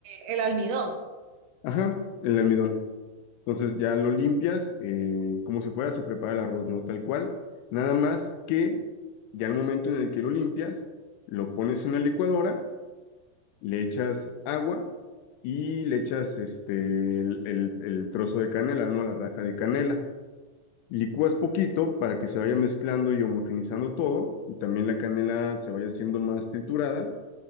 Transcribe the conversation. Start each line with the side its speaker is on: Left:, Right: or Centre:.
Right: el, el almidón.
Left: ajá, el almidón. Entonces ya lo limpias, eh, como si fuera, se prepara el arroz, ¿no? Tal cual. Nada más que ya al momento en el que lo limpias, lo pones en la licuadora, le echas agua y le echas este, el, el- el trozo de canela, ¿no? La raja de canela. Licúas poquito para que se vaya mezclando y homogenizando todo, y también la canela se vaya haciendo más triturada,